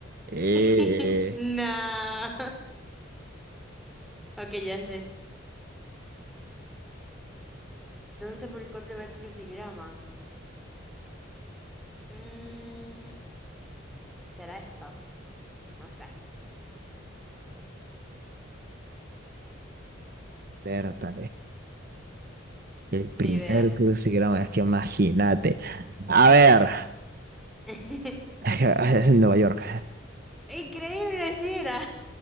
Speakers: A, on the right; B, in the centre.
A: Eh,
B: <laughs> No. Ok, ya sé. ¿Dónde se publicó el primer crucigrama? Mm, ¿será esto? No sé.
A: espérate. El primer
B: Ni idea.
A: crucigrama, es que imagínate. A ver,
B: <laughs>
A: <laughs> Nueva York.
B: Increíble, si era.